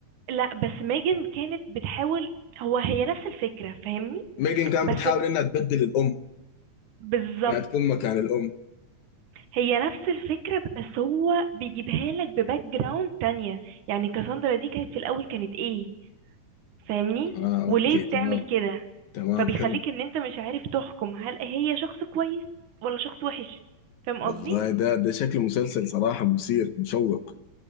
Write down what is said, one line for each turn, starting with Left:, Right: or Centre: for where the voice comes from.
Right: لا بس ميجن كانت بتحاول هو هي نفس الفكرة فاهمني
Left: ميجن كان
Right: بس
Left: بتحاول انها تبدل الام
Right: بالظبط
Left: انها تكون مكان الام
Right: هي نفس الفكرة بس هو بيجيبها لك بباك جراوند تانية يعني كاساندرا دي كانت في الأول كانت ايه فاهمني
Left: اه اوكي
Right: وليه بتعمل
Left: تمام
Right: كده
Left: تمام
Right: فبيخليك
Left: حلو
Right: ان انت مش عارف تحكم هل هي شخص كويس ولا شخص وحش فاهم
Left: والله
Right: قصدي
Left: ده ده شكل مسلسل صراحة مثير مشوق